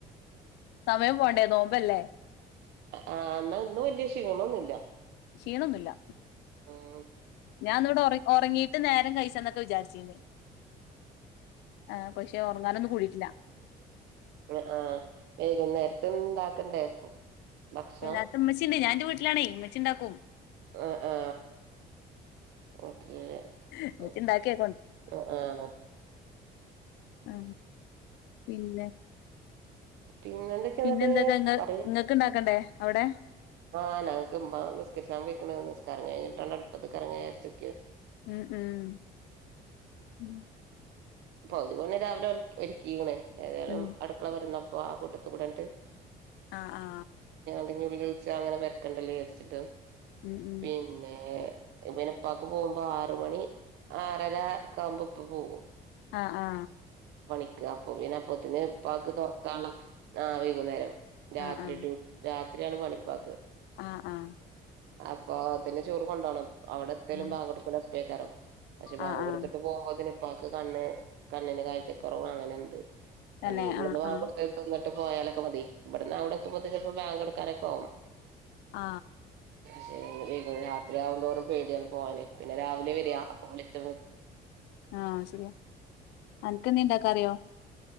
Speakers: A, on the left; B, on the right.
A: സമയം പോണ്ടേ നോമ്പല്ലേ
B: ആ എന്നാ ഇന്നും വലിയ ക്ഷീണമൊന്നില്ല
A: ക്ഷിണൊന്നുമില്ല
B: ആഹ
A: ഞാൻ ഇവിടെ ഉ ഉറങ്ങീട്ട് നേരം കഴിച്ചന്നൊക്കെ വിചാരിച്ചിന്ന് ആഹ പക്ഷെ ഉറങ്ങാനൊന്നും കൂടിട്ടില്ല
B: ആ ആഹ് വൈകുന്നേരത്ത് ഇണ്ടാക്കണ്ടേ ഭക്ഷണം
A: ഇകത്ത് ഉമ്മച്ചിണ്ട് ഞാൻ ന്റെ വീട്ടിലാണേ ഇമ്മച്ചി ഇണ്ടാക്കും
B: ആ ആ ഓട്ടലര്
A: ഉമ്മച്ചി
B: അ
A: ഇണ്ടാക്കിയ
B: അ ആ
A: ആ പിന്നെ
B: പിന്നെ എന്തൊക്കെയ
A: പിന്നെ
B: എന്നിട്ട്
A: എന്തൊക്കെങ്ങ
B: പറയ്
A: ങ്ങക്ക് ഇണ്ടാക്കണ്ടേ അവിടെ
B: ആഹ് ഞങ്ങക്ക് മ്മ്മ നിസ്കരിച്ച പോയിരിക്കാണു നിസ്ക്കാരം കഴിഞ്ഞിട്ടണം അടുപ്പത്ത് കെറങ്ങ ചാര്ച്ച്
A: ഉം ഉം ഉം
B: അപ്പൊ അതുപണെ രാവിലെ ഒരുക്കീക്ക്ണേ ഏതായാലും
A: ഉം
B: അടുക്കള വരുന്നപ്പോ ആ കൂട്ടത്ത് കൂടങ്ങട്ട്
A: ആ ആ
B: പടിഞ്ഞൊളികളി അങ്ങനെ വരക്കണ്ടല്ലേ വിചാരിച്ചിട്ട്
A: ഉം ഉം
B: പിന്നെ പിനെ ഉപ്പൊക്കെ പോകുമ്പോ ആ ആറ് മണി ആറരാ കാവുമ്പോ ഇപ്പ പോകും
A: അ ആ
B: പണിക്ക് അപ്പൊ പിന്നെ അപ്പത്തിന് ഇപ്പക്ക് തുറക്കുള്ള ആഹ് വൈകുന്നേരം രാത്രി
A: ആഹ് ആഹ്
B: ഡ്യൂ രാത്രിയാണ് പണിപ്പാക്ക്
A: അ ആ
B: അപ്പൊ തെ ചോറ് കൊണ്ടുപോണം അവിടെ എത്തേലും
A: ആഹ്
B: പാങ്ക് കൊടുക്കലും ഒപ്പക്കരം പക്ഷെ ബാങ്ക്
A: ആഹ്
B: കൊടുത്തിട്ട്
A: ആഹ്
B: പോ പോകുമ്പോത്തിന്നിപ്പാക്ക് കണ്ണ് കണ്ണിന് കാഴ്ചക്കുറവ് അങ്ങനെണ്ട്
A: തന്നെ
B: അല്ല ഇവിടുന്ന്
A: ആഹ്
B: വാ
A: ആഹ്
B: കൊടുത്ത ൽപ്പം ട്ട് പോയാലൊക്കെ മതി ഇവിടന്ന് അവിടെ എത്തുമ്പോത്ത ചിലപ്പോം ബാങ്ക് ഒടുക്കാനൊക്കെ ആകും
A: ആ
B: ശെ രാത്രിയാക തോറും പേടിയാണ് പോവാന് പിന്നെ രാവിലെ വര അപ്പൊ വിളിച്ച
A: ആ ശരിയാ അനക്ക് എന്തെ ഇണ്ടാക്ക അറിയോ